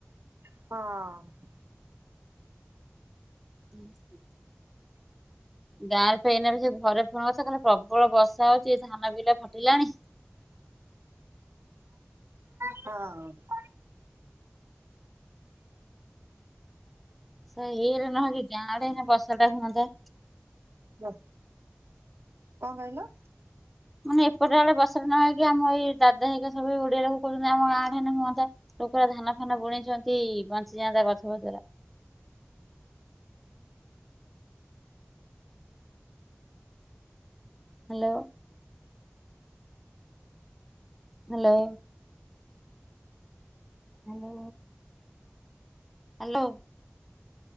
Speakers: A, on the right; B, in the centre.
A: ହଁ।
B: <inaudible> ଗାଁରେ ଫେ ଏଇନା ବି ସେ ଘରେ ଫୁଣି ବର୍ଷା କଲା, ପ୍ରବଳ ବର୍ଷା ହଉଛି ଧାନ ବିଲା ଫାଟିଲାଣି।
A: ହଁ।
B: ସେ ଏଇରେ ନ ହେଇକି ଗାଁ ଆଡେ ସିନା ବର୍ଷା ଟା ହୁଅନ୍ତା।
A: ବ କଣ କହିଲ?
B: ମାନେ ଏପଟେ ଆଡେ ବର୍ଷା ନ ହେଇକି ଆମ ଏଇ ଦାଦା ହେଇିକା ସବୁ ଓଡିଆ ଲୋକ କଉଚନ୍ତି ଆମ ଗାଁ ଆଡେ ହେନେ ହୁଅନ୍ତା। ଲୋକର ଧାନ ଫାନ ବୁଣିଛନ୍ତି ବଞ୍ଚିଯାଆନ୍ତା ଗଛ ପତର। Hello. Hello. Hello. Hello.